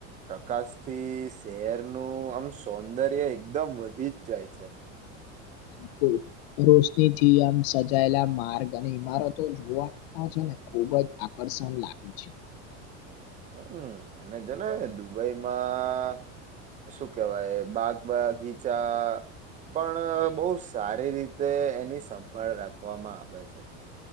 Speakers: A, on the right (about 20°); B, on the left (about 55°).
A: પ્રકાશથી શહેરનું આમ સૌંદ દર્ય એકદમ વધી જ જાય છે.
B: બિલકુલ રોશનીથી આમ સજાયેલા માર્ગ અને ઈમારતો જોવાનું પણ છે ને ખુબજ આકર્ષણ લાગ્યું છે.
A: હમ અને જને દુબઈમાં શું કેવાય બાગ બગીચા પણ બહુ સારી રીતે એની સંભાળ રાખવામાં આવે છે.